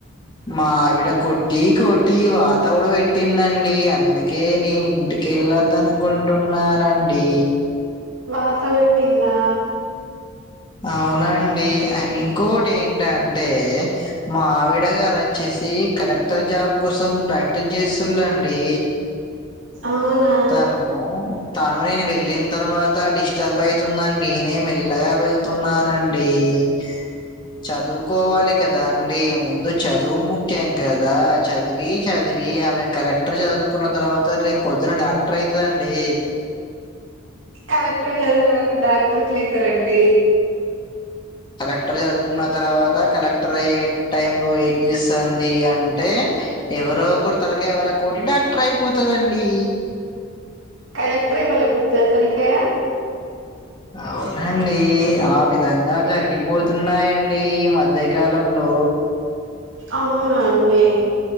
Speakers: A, on the left; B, on the right.
A: మావిడ కొట్టి కొట్టి వాత కూడా పెట్టిందండి అందుకే నీ ఇంటికే ఎలోదు అనుకుంటున్నానండి
B: వాత పెటిందా
A: అవునండి అండ్ ఇంకోకటి ఏంటంటే మావిడ గారు వచ్చేస్ చి కలెక్టర్ జాబ్ కోసం ప్రాక్టీస్ చేస్తుల్అండి
B: అవునా
A: తను తను నేను వెళ్ళిన తర్వాత డిస్టర్బ్ అయితుందండి నేనే మెల్లగా వెళ్తున్నానండి అ చదువుకోవాలి కద కదండి ముందు చదువు ముఖ్యం కదా చదివి చదివి ఆమె కలెక్టర్ చదువు కున్న తర్వాత రేపు పొద్దున డాక్టర్ అయితదండి
B: కలెక్టర్ చదివీన వాళ్ళ డాక్టరేట్లు అయితరండి
A: కలెక్టర్ చదువుకున్న తర్వాత కలెక్టర్ అయ్యే టైం లో ఏం చేస్తాంది అంటే ఎవరో ఒకరు తలకాయ పగలగొట్టి డాక్టర్ అయిపోతదండి
B: కలెక్టర్ ఏమన గుర్తు జేతనికె
A: అవునండి ఆ విధంగా జరిగిపోతున్నాయండి మధ్యకాలంలో
B: అవునా అండి